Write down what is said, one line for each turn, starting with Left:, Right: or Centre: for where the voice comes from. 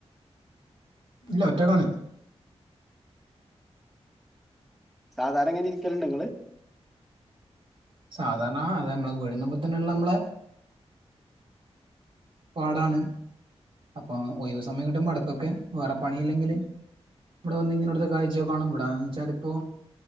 Right: ഇല്ല ഒറ്റക്കാണ്.
Centre: സാധാരണ എങ്ങനെ ഇരിക്കല്ണ്ടോ ഇങ്ങള്
Right: സാധാരണ അത് നമ്മളെ വീടിലെ മുന്നിൽ തന്നെ ഇള്ള നമ്മളെ പാടാണ് അപ്പൊ ഒയിവ് സമയം കിട്ടുമ്പോ ഇടക്കൊക്കെ വേറെ പണിയില്ലെങ്കില് ഇവിടെ വന്ന് ഇങ്ങനെ ഇടുത്തെ കാഴ്ചക്കെ കാണും ഇവിടെ വെച്ചാൽ ഇപ്പോ